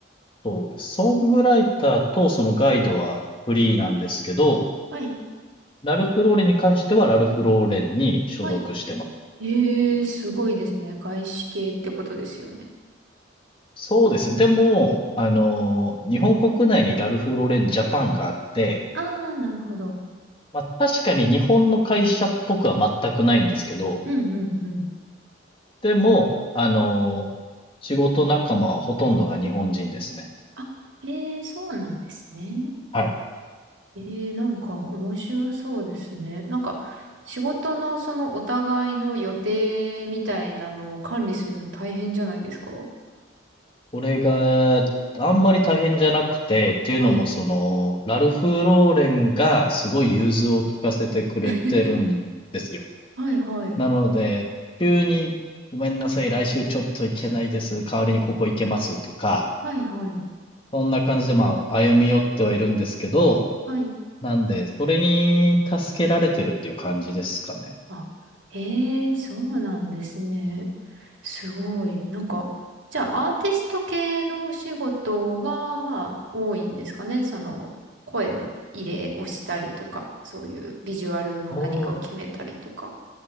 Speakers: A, on the left; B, on the right.
A: そうです。ソングライターとそのガイドはフリーなんですけど、
B: はい。
A: ラルフローレンに関してはラルフローレンに所属してます。
B: はい。えー、すごいですね。外資系ってことですよね。
A: そうですね。でも、あの、日本国内にラルフローレンジャパンがあって、
B: あー、なるほど。
A: まあ確かに日本の会社っぽくは全くないんですけど、
B: うんうんうん。
A: でも、あの、仕事仲間はほとんどが日本人ですね。
B: あ、えー、そうなんですね。
A: はい。
B: えー、なんか面白そうですね。なんか仕事のそのお互いの予定みたいなのを管理するの大変じゃないですか
A: これが、あんまり大変じゃなくて、っていうのも、
B: はい、
A: その、ラルフ・ローレンがすごい融通を聞かせてくれてるんですよ。
B: はい、<laughs> はいはい、
A: なので、急に、ごめんなさい、来週ちょっと行けないです。代わりにここ行けますとか、
B: はいはい、
A: そんな感じで、まあ、歩み寄ってはいるんですけど、
B: はい。
A: なんで、それに助けられてるっていう感じですかね。
B: あ、ええー、そうなんですね。すごい。なんか、じゃあアーティスト系のお仕事が、まあ、多いんですかね。その、声の入れをしたりとか、そういうビジュアルの何かを決めたりとか。
A: そ